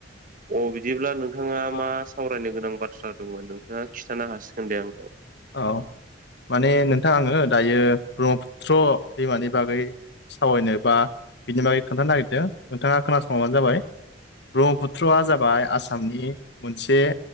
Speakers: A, on the right; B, on the left.
A: अ बिदिब्ला नोंथाङा
B: अ
A: मा सावरायनो गोनां बाथ्रा दंमोन नों? दा खिथानो हसिगोन दे आं
B: औ माने नोंथां आङो दायो ब्रह्मपुत्र दैमानि बागै सावरायनो बा बिनि बागै खोन्थानो नागिरदों नोंथाङा खोनासंबानो जाबाय। ब्रह्मपुत्रआ जाबाय आसामनि मोनसे